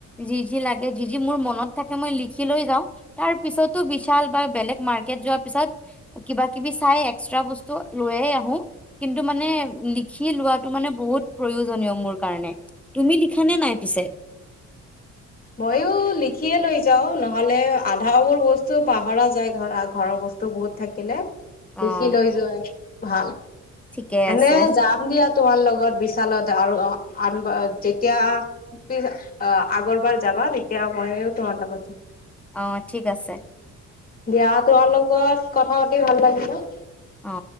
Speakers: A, in the centre; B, on the left.
A: যি যি লাগে যি যি মোৰ মনত থাকে মই লিখি লৈ যাও। তাৰ পিছতো বিশাল বা বেলেগ মাৰ্কেট যোৱা পিছত কিবা কিবি চাই এক্সট্ৰা বস্তু লৈয়ে আহু কিন্তু মানে লিখি লোৱাটো মানে বহুত প্ৰয়োজনীয় মোৰ কাৰণে তুমি লিখা নে নাই পিছে
B: মইয়ো লিখিয়ে লৈ যাও নহ'লে আধাবোৰ বস্তু পাহৰা যায় ঘৰা ঘৰৰ বস্তু বহুত থাকিলে
A: অ',
B: লিখি লৈ যোৱাই ভাল
A: ঠিকে
B: এনে
A: আছে
B: যাম দিয়া তোমাৰ লগত বিশালত আৰু অ' আন যেতিয়া পিছ আগৰবাৰ যাবা তেতিয়া মইো তোমাৰ লগত যাম
A: অ ঠিক আছে
B: দিয়া তোমাৰ লগত কথা পাতি ভাল লাগিছে
A: অ